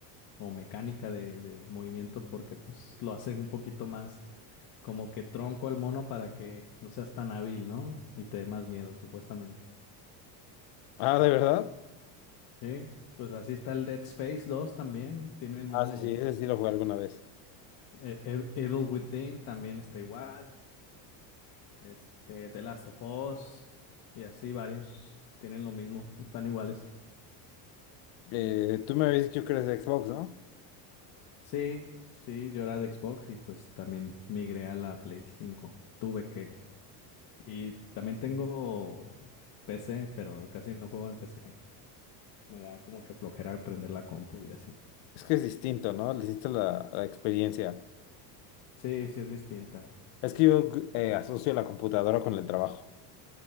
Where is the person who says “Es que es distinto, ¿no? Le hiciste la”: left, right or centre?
Left